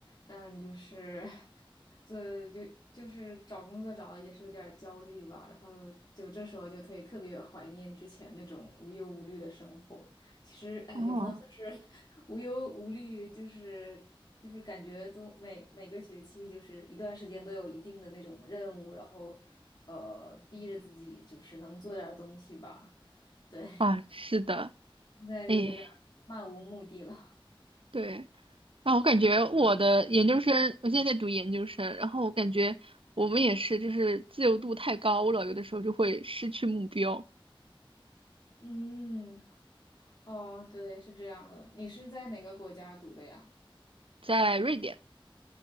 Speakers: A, on the left; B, on the right.
A: 但就是 <laughs> 这就就是找工作找的也是有点儿焦虑吧，然后就这时候就特特别怀念之前那种无忧无虑的生活。其实哎，
B: 哦，
A: 也不能算是 <laughs> 无忧无虑，就是就是感觉都每每个学期就是一段时间都有一定的那种任务，然后呃逼着自己就是能做点儿东西吧，对。
B: 啊，是的，
A: 现在就是这样漫无目的了。
B: 哎，
A: <laughs>
B: 对，啊，我感觉我的研究生，我现在在读研究生，然后我感觉我们也是，就是自由度太高了，有的时候就会失去目标。
A: 嗯，哦，对，是这样的。你是在哪个国家读的呀？
B: 在瑞典，